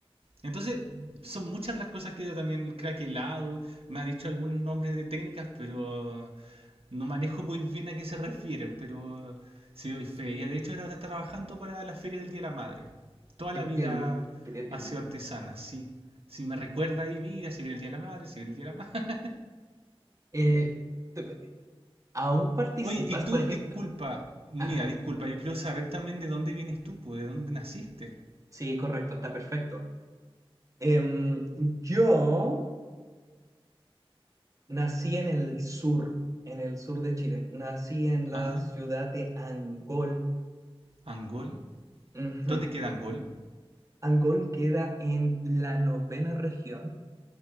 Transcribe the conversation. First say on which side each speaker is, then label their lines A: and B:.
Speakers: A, on the right (about 75°); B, on the right (about 35°).
A: Entonces, son muchas las cosas que yo también el craquelado, me ha dicho algunos nombres de técnicas, pero no manejo muy bien a qué se refieren, pero sí doy fe. Ella de hecho ahora está trabajando para la Feria del Día de la Madre. Toda
B: Qué
A: la vida
B: entretenido.
A: ha sido artesana, sí. Si me recuerda ahí, mira, se viene el Día de la Madre, se viene el Día de la Madre.
B: Eh, te- ¿aún
A: <laughs>
B: participas,
A: Oye, y tú,
B: por ejemplo?
A: disculpa, mira,
B: Ajá,
A: disculpa, yo quiero saber también de dónde vienes tú, pues, de dónde naciste.
B: sí, correcto, está perfecto. Em, yo Nací en el sur, en el sur de Chile. Nací en la
A: Ajá,
B: ciudad de Angol.
A: Angol.
B: Ujú.
A: ¿Dónde queda Angol?
B: Angol queda en la novena región.